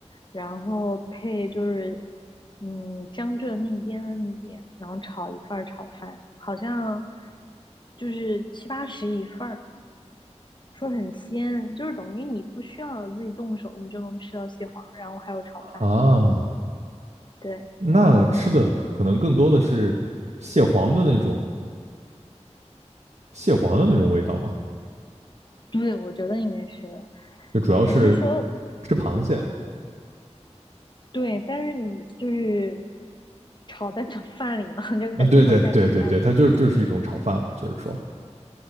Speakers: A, on the left (about 40°); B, on the right (about 75°).
A: 然后配就是嗯江浙那边的米，然后炒一份儿炒饭，好像就是七八十一份儿。说很鲜，就是等于你不需要自己动手，你就能吃到蟹黄，然后还有炒饭。
B: 啊，
A: 对，
B: 那吃的可能更多的是蟹黄的那种蟹黄的那种味道嘛，
A: 对，我觉得应该是的。
B: 就主要是
A: 只是说，
B: 吃螃蟹
A: 对，但是你就是炒蛋炒饭里嘛，<laughs> 就感觉像蛋炒饭一样。
B: 嗯，对对对对对，它就是就是一种炒饭嘛，就是说，